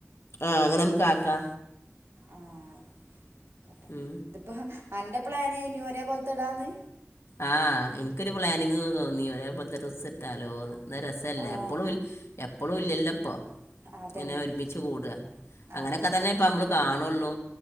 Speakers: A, on the left; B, on the right.
A: ആഹ അങ്ങനെ മ്മക്ക് ആക്കാ
B: ആഹ് ആയിക്കോട്ടെ
A: ഉം
B: ഇതിപ്പോ അൻ്റെ പ്ലാന് എയ്നു ഒരേ പോലത്തെടാന്ന്
A: ആഹ് ഇൻക്കൊരു പ്ലാനിങ് തോന്നി ഒരേ പോലത്തെ ഡ്രസ്സ്‌റ്റാലോന്ന് ഇന്നാ രസല്ലേ
B: ആഹ്
A: എപ്പഴും എപ്പഴും ഇല്ലല്ല പ്പൊ
B: അതന്നെ
A: ങ്ങനെ ഒരുമിച്ച് കൂട അങ്ങനെയൊക്കെ
B: അതന്നെ
A: തന്നെ ഇപ്പ നമ്മള് കാണുള്ളൂ